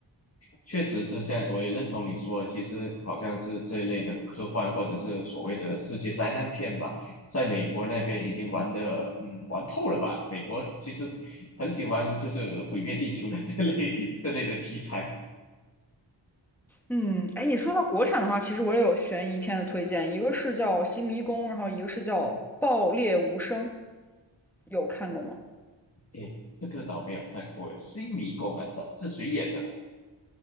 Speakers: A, on the left; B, in the centre.
A: 确实是像我也认同你说的，其实好像是这一类的科幻或者是所谓的世界灾难片吧，在美国那边已经玩的，嗯，玩透了吧？美国其实很喜欢就是毁灭地球的这类 <laughs> 这类的题材。
B: 嗯，哎，你说到国产的话，其实我也有悬疑片的推荐，一个是叫《新迷宫》，然后一个是叫《爆裂无声》，有看过吗？
A: 诶，这个倒没有看过，《新迷宫》啊，这是谁演的呢？